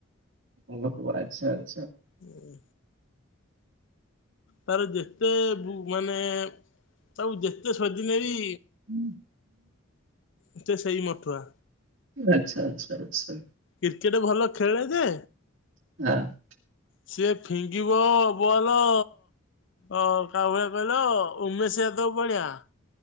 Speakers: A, on the right; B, on the left.
A: ଓ ଆଛା ଆଛା
B: ହୁଁ ତାର ଯେତେ ମାନେ, ତାକୁ ଯେତେ ସୋଦିଲେବି
A: <unintelligible>
B: ଏତେ ସେଇ ମଠୁଆ
A: ଆଛା ଆଛା ଆଛା
B: କ୍ରିକେଟ ଭଲ ଖେଳେ ଯେ
A: <unintelligible>
B: ସିଏ ଫିଙ୍ଗିବ ବଲ୍ ଅ ଓ କା ଭଳିଆ କହିଲ -ଉମେଶ ଯାଦବ ଭଳିଆ।